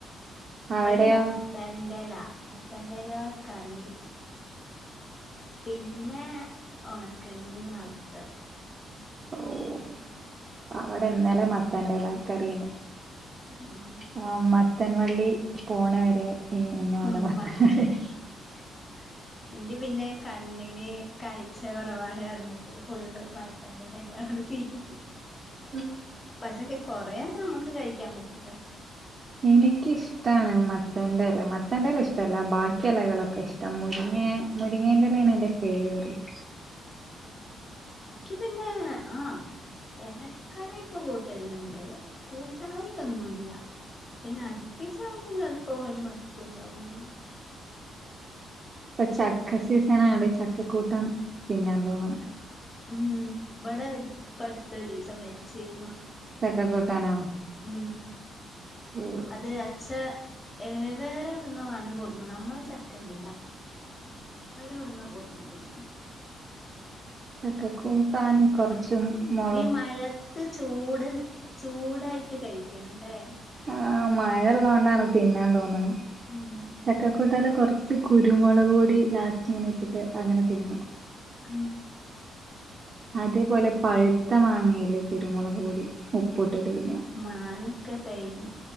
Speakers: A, on the left; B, on the right.
A: ഇവിടെ
B: അവിടെയോ
A: മത്തന്റേ എല മത്തന്റേല കറി പിന്നെ ഉണക്കമീൻ വറത്തത്.
B: ഓഹ് അവിടെ എന്നാലെ മത്താന്റെ ല കറിയണ്.
A: ഉം
B: ആഹ് മത്തൻവള്ളി പോണ വരെ ഇനി ഇന്നും അവിടെ
A: നി
B: മത്തൻ
A: മത്തെ
B: വള്ളി. <inaudible>
A: ഇന്റെ പിന്നെ കണ്ണിന് കാഴ്ച കൊറവാണ് പറഞ്ഞിട്ട് ഫുള്ള് മ ത്തന്റെലഎന്നേണ്ട് തീറ്റിപ്പി
B: <inaudible>
A: പക്ഷെക്കെ കൊറേ ഒന്നു നമക്ക് കഴിക്കാൻ പറ്റുല്ലല്ലോ.
B: എനിക്ക് ഇഷ് ത്താണ് മത്തന്റെ എല മത്തന്റല ഇഷ്ടല്ല ബാക്കി എലകളൊക്കെ ഇഷ്ടം മുരിങ്ങെ മുരിങ്ങേന്റെലയാണ് എന്റ ഫേറിറ്റ്
A: ഇക്ക് പിന്നെ ആഹ് എലക്കറ്യാെക്കെ കൂട്ടല്ണ്ട് കൂട്ടായൊന്നു ഇല്ല. പിന്നെ അടുപ്പിച്ചാവുമ്പ ചെല്പം ഒരു മടുപ്പുണ്ടാവുംന്നുള്ളു.
B: ഇപ്പൊ ചക്ക സീസനാണ് ചക്കക്കൂട്ടാൻ തിന്നാൻ തോന്ന്ണെ.
A: ഉം ഇബടെ ഇപ്പ അട്ത്ത ഒരീസം വെച്ചിരുന്നു.
B: ചക്ക കൂട്ടാനോ
A: ഉം
B: ഉം
A: അത് അച്ച ഏ വേറെ എവിടുന്നോ ആണ് കൊടുന്നത് നമ്മളെ ചക്കെല്ല. വേറെ എവിടുന്നോ കൊടുന്നതേനി.
B: ചക്ക കൂട്ടാൻ കൊറച്ചും <unintelligible>
A: ഈ മഴത്ത് ചൂട് ചൂടായിട്ട് കഴിക്കണം ലെ
B: ആഹ് മഴ ഇള്ളോണ്ടാണ് തിന്നാൻ തോന്ന്ണ്
A: ഉം
B: ചക്കക്കൂട്ടാല് കൊറ്ച്ച് കുരുമുളക് കൂടി ലാസ്റ്റ് ഇങ്ങനെ ഇട്ടിട്ട് അങ്ങനെ തിന്നണം.
A: ഉം
B: അതേപോലെ പഴുത്ത മാങ്ങേലെ കുരുമുളക് പൊടി ഉപ്പുട്ട് തിന്ന.
A: മാങ്ങൊക്കെ കഴിഞ്